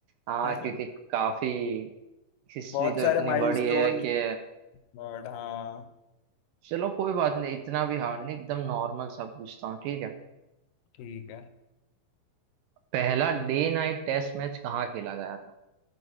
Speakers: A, on the right (about 75°); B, on the left (about 80°).
A: हाँ
B: <laughs>
A: क्योंकि काफी हिस्ट्री
B: बहुत
A: तो
B: सारे
A: इतनी
B: माइलस्टोन
A: बड़ी है कि
B: बट हाँ
A: चलो कोई बात नहीं इतना भी हार्ड नहीं एकदम नॉर्मल सा पूछता हूँ ठीक है
B: ठीक है
A: पहला डे नाइट टेस्ट मैच कहाँ खेला गया था